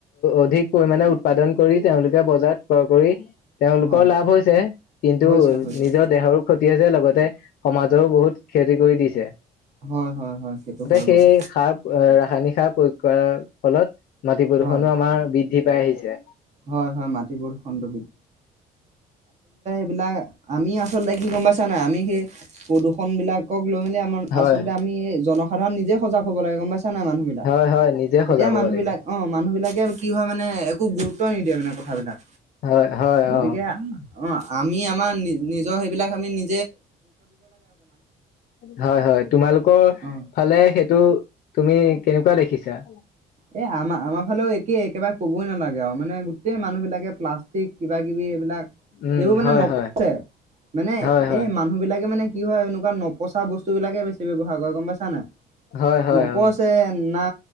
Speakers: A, on the left; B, on the right.
A: অধিক পৰিমাণে উৎপাদন কৰি তেওঁলোকে বজাৰত ক্ৰয় কৰি, তেওঁলোকৰ
B: হয়
A: লাভ হৈছে। নিজৰ
B: হৈছে হৈছে
A: দেহৰো ক্ষতি হৈছে, লগতে সমাজৰো বহুত ক্ষতি কৰি দিছে।
B: হয় হয় হয় সেইটো হয়
A: সেই
B: বাৰু
A: সাৰ ৰাসায়নিক সাৰ প্ৰয়োগ কৰাৰ ফলত মাটি প্ৰদূ্ষণো
B: হয়
A: আমাৰ বৃদ্ধি পাই আহিছে।
B: হয় হয় মাটি প্ৰদূষণটো এইবিলাক আমি আচলতে, কি গম পাইছা, নাই আমি সেই কদো <unintelligible> ফোনবিলাকক লৈ মেলি আমাৰ
A: হয়
B: আচলতে আমি নিজে সজাগ হ'ব লাগে গম পাইছা নাই মানুহ বিলাক,
A: হয় হয় নিজে সজাগ
B: এতিয়া মানুহ
A: হ'ব লাগিব
B: বিলাক, অঁ মানুহ বিলাকে কি হয় মানে, একো গুৰুত্ব নিদিয়ে মানে কথাাবিলাক।
A: হয় হয়
B: গতিকে
A: অ
B: অ', আমি আমাৰ নি- নিজৰ সেইবিলাক আমি নি,
A: হয়-হয় তোমালোকৰ ফালে
B: অ
A: সেই, -টো তুমি কেনেকুৱা দেখিছা?
B: এই আমাৰ, আমাৰ ফালেও একেই এক একেবাৰে ক'বই নালাগে আৰু মানে গোটেই মানুহবিলাকে প্লাষ্টিক কিবাকিবি এইবিলাক,
A: উম
B: এইবোৰ মানে
A: হয়
B: নপছে,
A: হয়
B: মানে
A: হয় হয়
B: এই মানুহ বিলাকে মানে কি হয় এনেকুৱা নপ, পচা বস্তুবিলাকে বেছি ব্যৱহাৰ কৰে গম পাইছা নাই?
A: হয় হয়
B: নপচে
A: অ
B: না,